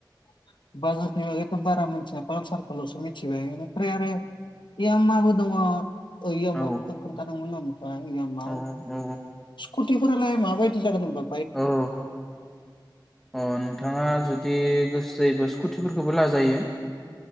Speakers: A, on the left; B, in the centre.
A: <unintelligible> बागैथ बारा मोनथिया फालसारखो लसो मिथिबाय। फ्राय आरो इयाम माबोद दङ। ओइयाम
B: औ
A: माखौथ खोनथा। <unintelligible> फ्राय याममा
B: औ औ
A: सिकुथ थि फोरालाय माबाय जागोन ओनबाब
B: औ अ नोंथाङा जुदि गोसो जायोबा स्कुट थुफोरखौबो लाजायो।